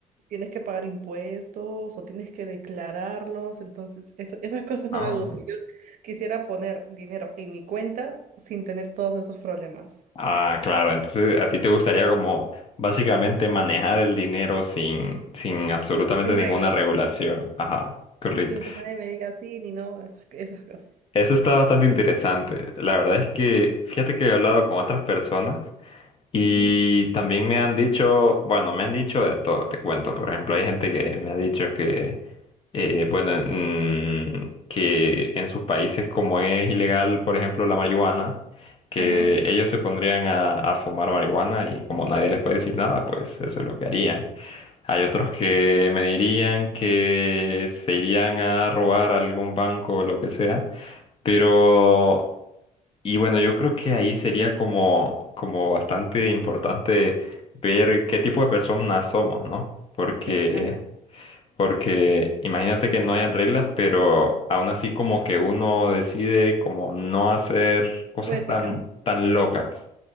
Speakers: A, on the right (about 70°); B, on the left (about 40°).
A: tienes que pagar impuestos o tienes que declararlos. Entonces, eso- <laughs> esas cosas
B: Ah,
A: no me gustan. Yo quisiera poner dinero en mi cuenta sin tener todos esos problemas,
B: Ah, claro. Entonces, a ti te gustaría como básicamente manejar el dinero sin, sin absolutamente
A: sin
B: ninguna
A: reglas
B: regulación. Ajá, correcto.
A: y sin que nadie me diga sí ni no, esas, esas cosas.
B: Eso está bastante interesante. La verdad es que, fíjate que he hablado con otras personas. Y
A: Ujú.
B: también me han dicho, bueno, me han dicho de todo, te cuento. Por ejemplo, hay gente que me ha dicho que, eh, bueno, en- mm, que en sus países como es ilegal, por ejemplo, la marihuana, que
A: Ajá,
B: ellos se pondrían a, a fumar marihuana y como nadie les puede decir nada, pues eso es lo que harían. Hay otros que me dirían que se irían a robar a algún banco o lo que sea pero, y bueno, yo creo que ahí sería como, como bastante importante ver qué tipo de personas somos, ¿no? Porque,
A: exacto.
B: porque imagínate que no hayan reglas, pero aún así como que uno decide como no hacer cosas
A: Poética.
B: tan, tan locas.